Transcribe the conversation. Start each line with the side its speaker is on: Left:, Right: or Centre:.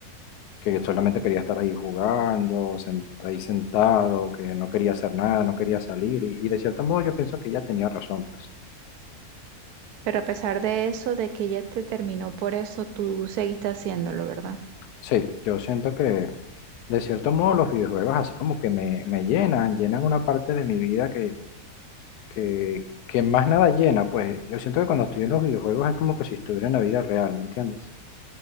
Left: que solamente quería estar ahí jugando, sen- ahí sentado, que no quería hacer nada, no quería salir. Y, y de cierto modo yo pienso que ella tenía razón, pues.
Right: Pero a pesar de eso, de que ella te terminó por eso, tú seguiste haciéndolo, ¿verdad?
Left: Sí, yo siento que de cierto modo los videojuegos así como que me, me llenan, llenan una parte de mi vida que, que más nada llena, pues yo siento que cuando estoy en los videojuegos es como que si estuviera en la vida real, ¿me entiendes?